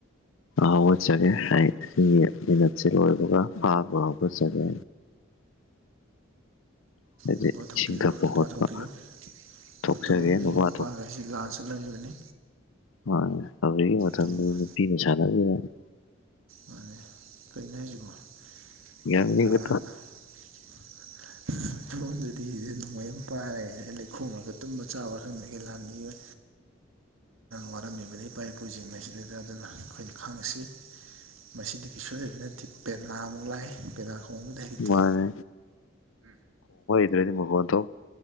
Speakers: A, on the left; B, on the right.
A: ꯍꯧꯒꯠꯆꯒꯦ ꯑꯩ ꯁꯤꯒꯤ ꯃꯤꯅꯠꯁꯦ ꯂꯣꯏꯕꯒ ꯄꯥꯕ ꯍꯧꯒꯠꯆꯒꯦ ꯍꯥꯏꯗꯤ
B: ꯅꯨꯄꯥ ꯊꯣꯛꯄꯤꯌꯣ
A: ꯏꯁꯤꯡ ꯊꯛꯄ
B: ꯅꯨꯄꯥ
A: ꯈꯣꯠꯄ
B: ꯊꯣꯛꯄꯤꯌꯣ
A: ꯊꯣꯛꯆꯒꯦ
B: ꯃꯇꯝ ꯑꯃꯗ
A: ꯅꯨꯄꯥ
B: ꯅꯨꯄꯥꯒꯁꯤ ꯂꯥꯟ ꯆꯠꯂꯝꯃꯤꯕꯅꯤ
A: ꯃꯅꯤ ꯍꯧꯖꯤꯛꯀꯤ ꯃꯇꯝꯗꯗꯤ
B: ꯇꯨꯝꯕ
A: ꯅꯨꯄꯤꯒ <unintelligible>
B: ꯃꯥꯅꯤ ꯀꯩꯅꯣ ꯍꯥꯏꯖꯕꯣ <unintelligible>
A: ꯌꯥꯝꯅꯤꯒ
B: <unintelligible> ꯅꯣꯡꯃꯩ ꯑꯃ ꯄꯥꯔꯦ ꯂꯩꯈꯣꯝꯃꯒ ꯇꯨꯝꯕ ꯆꯥꯕꯥ ꯈꯪꯗꯒꯩ ꯂꯥꯟ ꯃꯤꯑꯣꯏ ꯋꯥꯔꯝꯃꯤꯕꯅꯤ ꯏꯄꯥ ꯏꯄꯨꯁꯤꯡ ꯑꯁꯤꯗꯩꯗ ꯑꯗꯨꯅ ꯑꯩꯈꯣꯏꯅ ꯈꯪꯁꯤ ꯃꯁꯤꯗꯒꯤ ꯀꯩꯁꯨ ꯂꯩꯕꯥ ꯅꯠꯇꯦ ꯄꯦꯅꯥꯥꯃꯨꯛ ꯂꯥꯏ ꯄꯦꯅꯥ ꯈꯣꯡꯕꯨꯗꯤ ꯍꯩꯇꯦ
A: ꯃꯥꯅꯦ ꯑꯗꯨꯗꯤ ꯃꯈꯣꯟ